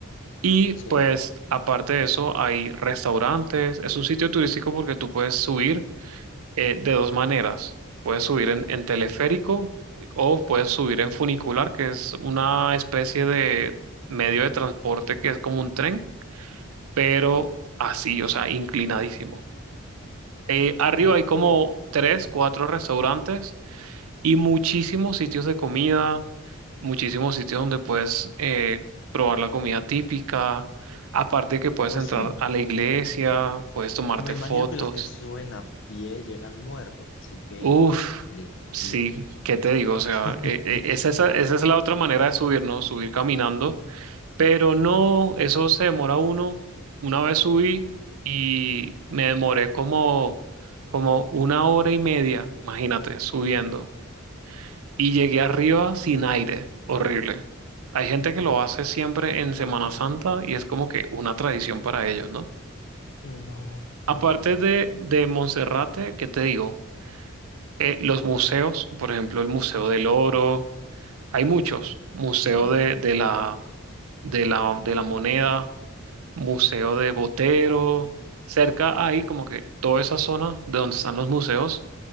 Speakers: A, on the right; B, on the left.
A: Y
B: sí.
A: pues aparte de eso hay restaurantes, es un sitio turístico porque tú puedes subir eh, de dos maneras. Puedes subir en, en teleférico o puedes subir en funicular, que es una especie de medio de transporte que es como un tren pero así, o sea, inclinadísimo. Eh, arriba
B: Ok,
A: hay como tres, cuatro restaurantes y muchísimos sitios de comida, muchísimos sitios donde puedes eh, probar la comida típica. Aparte que puedes
B: pues
A: entrar
B: sí.
A: a la iglesia, puedes tomarte
B: Me imagino
A: fotos.
B: que los que suben a pie llegan muertos, así que
A: Uf,
B: mira, les va
A: sí,
B: bien.
A: ¿qué te digo? O sea,
B: <laughs>
A: eh, eh, esa, esa esa es la otra manera de subir, ¿no? Subir caminando Pero no, eso se demora uno. Una vez subí y me demoré como, como una hora y media, imagínate, subiendo. Y llegué arriba sin aire, horrible. Hay gente que lo hace siempre en Semana Santa y es como que una tradición para ellos, ¿no?
B: No,
A: Aparte
B: no, no,
A: de,
B: no, no. no.
A: de Monserrate, ¿qué te digo? Eh, los museos, por ejemplo, el Museo del Oro, hay muchos, Museo
B: Sí.
A: de, de la, de la, de la Moneda. Museo de Botero, cerca ahí como que toda esa zona de donde están los museos